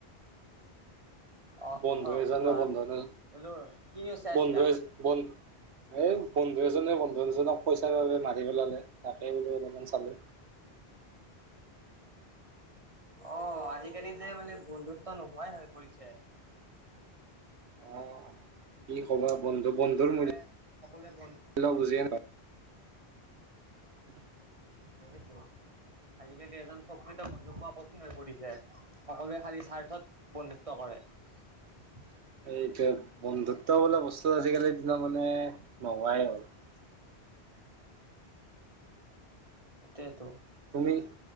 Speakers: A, on the right (about 30°); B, on the right (about 85°).
A: অ
B: বন্ধু
A: অহ
B: এজনে
A: কোৱা
B: বন্ধু এ
A: বোলো কি নিউজ চাই
B: বন্ধু
A: আছিলা
B: এ বন এই বন্ধু এজনে বন্ধু এজনক পইচা মাৰি পেলালে তাকে বোলো অলপমান চালো
A: অ আজিকালি যে মানে বন্ধুত্ব নোহোৱাই হৈ পৰিছে
B: অ কি খবৰ বন্ধু বন্ধুৰ
A: সকলোৱে
B: মূল্য
A: সকলোৱে বন্ধু
B: বুজিয়ে নহ <unintelligible> <inaudible>
A: সেই আজিকালি এজন প্ৰকৃত বন্ধু পোৱা কঠিন হৈ পৰিছে সকলোৱে খালী স্বাৰ্থত বন্ধুত্ব কৰে <unintelligible>
B: নাপায় এইটো বন্ধুত্ব বোলা বস্তু আজিকালিৰ দিনা মানে নোহোৱাই হল <unintelligible>
A: সেইটোৱেতো।
B: তুমি